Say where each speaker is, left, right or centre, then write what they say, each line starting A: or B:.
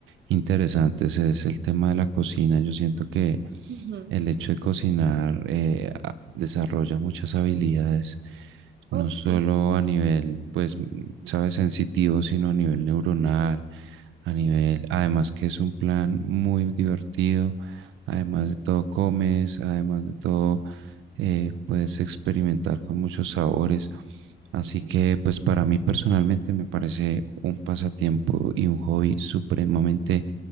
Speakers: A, on the right (about 80°); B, on the right (about 60°).
A: interesantes es el tema de la cocina. Yo siento que
B: Ujú.
A: el hecho de cocinar eh, a- desarrolla muchas habilidades no
B: Uf,
A: solo
B: sí.
A: a nivel, pues, mm, sabes, sensitivo, sino a nivel neuronal, a nivel, además que es un plan muy divertido, además de todo comes, además de todo eh, puedes experimentar con muchos sabores. Así que, pues, para mí personalmente me parece un pasatiempo y un hobby supremamente